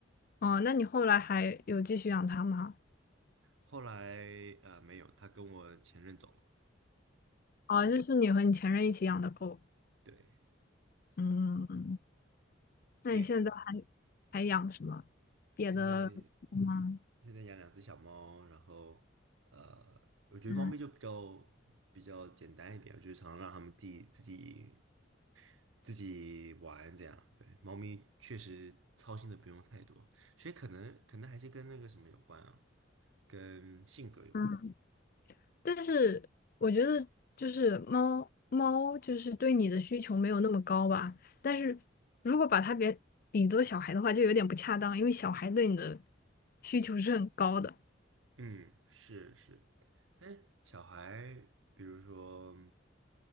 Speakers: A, on the left; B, on the right.
A: 哦，那你后来还有继续养它吗？
B: 后来呃没有，他跟我前任走了，
A: 哦，就是你和你前任一起养的狗。
B: 对
A: 嗯，那你现在还还养什么
B: 对呀，
A: 别的狗吗？
B: 现在现在养两只小猫，然后呃，我觉得猫咪就比较比较简单一点，
A: 嗯
B: 我就常常让它们自己自己自己玩这样。对，猫咪确实操心的不用太多，所以可能可能还是跟那个什么有关啊，跟性格有关。
A: 嗯。但是我觉得就是猫猫就是对你的需求没有那么高吧，但是如果把它给比作小孩的话，就有点不恰当，因为小孩对你的需求是很高的。
B: 嗯，是是，但是小孩，比如说。